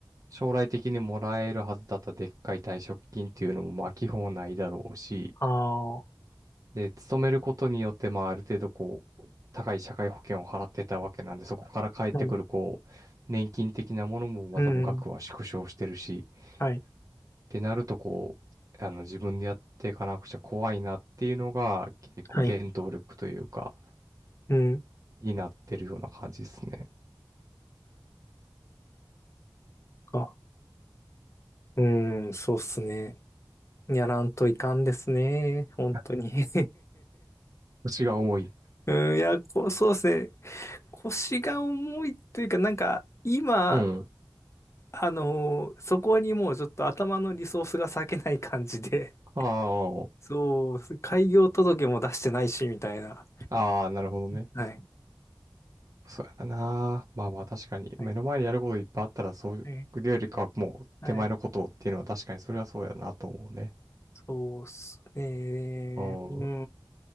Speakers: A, on the right; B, on the left.
A: 将来的にもらえるはずだったでっかい退職金っていうのも、まあ、基本はないだろうし、
B: ああ、は
A: で、勤めることによって、まあ、ある程度、こう、高い社会保険を払ってたわけなんで、そこから返ってくる、
B: い。
A: こう、年金的なものもまたも額は縮小してるし、
B: うん。はい。
A: ってなると、こう、あの、自分でやっていかなくちゃ怖いなっていうのが、結構原動力というか、
B: はい。うん。
A: になってるような感じですね。
B: あ、うん、そうっすね。やらんといかんですね。本当に。
A: <laughs>
B: <laughs>
A: 腰が重い。
B: うん、いや、こう、そうっすね。腰が重いというか、なんか、今、
A: うん。
B: あのーそこにもうちょっと頭のリソースが割けない感じで、
A: あ
B: <laughs> そう、開業届も出してないし、みたいな。
A: あ、ああ、なるほどね。
B: はい。
A: そうやな。まあまあ確かに、
B: はい。
A: 目の前にやることいっぱいあったら、そういうよりかはもう手前のことっていうのは確かにそれはそうやなと思うね。
B: はい。はいそうっすね。
A: うん。
B: うー